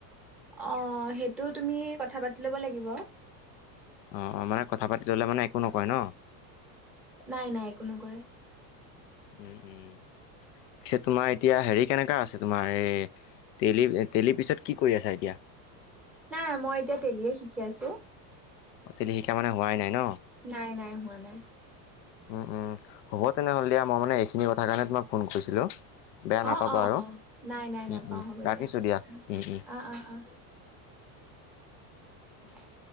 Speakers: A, in the centre; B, on the left.
A: অহ' সেইটো তুমি কথা পাতি ল'ব লাগিব।
B: অহ', অহ' মানে কথা পাতি ল'লে মানে একো নকয় ন।
A: নাই নাই একো নকৰে।
B: উম', উম' পিছেত তোমাৰ এতিয়া হেৰি কেনেকা আছে তোমাৰ এই তেলি, তেলি পিছত কি কৰি আছা এতিয়া।
A: নাই মই এতিয়া তেলিয়ে শিকি আছো।
B: অহ' তেলি শিকা মানে হোৱাই নাই ন।
A: নাই, নাই, হোৱা নাই।
B: উম, উম। হ'ব তেনেহ'লে দিয়া। মই মানে এইখিনি কথা কাৰণে তোমাক ফোন কৰিছিলোঁ। বেয়া নাপাবা
A: অ', অ',
B: আৰু
A: অ', নাই নাই নাপাওঁ।
B: উম উম
A: হ'ব
B: ৰাখিছোঁ
A: দিয়া।
B: উম উম
A: অ', অ', অ'। <inaudible>